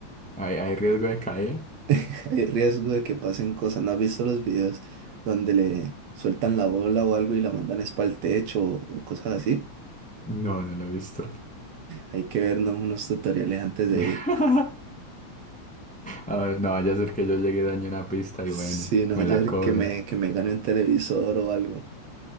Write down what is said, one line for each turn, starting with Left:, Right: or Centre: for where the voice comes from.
Centre: ¿Hay, hay riesgo de caída?
Right: <laughs> Hay riesgo de que pasen cosas. ¿No has visto los videos donde le sueltan la bola o algo y la mandan es para el techo o, o cosas así?
Centre: No, no lo he visto.
Right: Hay que vernos unos tutoriales antes de
Centre: <laughs>
Right: ir.
Centre: A ver, no vaya a ser que yo llegue y dañe una pista
Right: Si
Centre: y bueno,
Right: no,
Centre: me
Right: ayer
Centre: la cobre.
Right: que me, que me gane un televisor o algo.